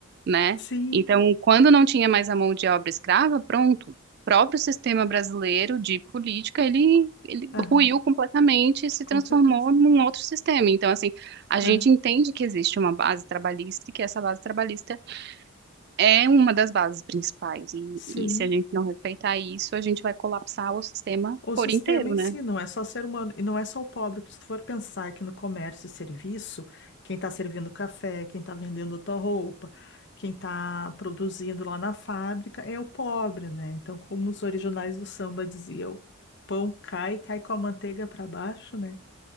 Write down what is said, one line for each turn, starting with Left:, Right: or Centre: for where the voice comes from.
Right: né?
Left: Sim,
Right: Então, quando não tinha mais a mão de obra escrava, pronto. O próprio sistema brasileiro de política, ele, ele
Left: aham,
Right: ruiu completamente e se
Left: com
Right: transformou
Left: certeza.
Right: num outro sistema. Então, assim, a gente
Left: É,
Right: entende que existe uma base trabalhista e que essa base trabalhista é uma das bases principais. E,
Left: sim.
Right: e se a gente não respeitar isso, a gente vai colapsar o sistema
Left: O
Right: por
Left: sistema
Right: inteiro,
Left: em si
Right: né?
Left: não é só ser humano, e não é só o pobre, porque se tu for pensar que no comércio e serviço, quem está servindo café, quem está vendendo tua roupa, quem está produzindo lá na fábrica é o pobre, né? Então, como os originais do samba diziam, o pão cai, cai com a manteiga para baixo, né?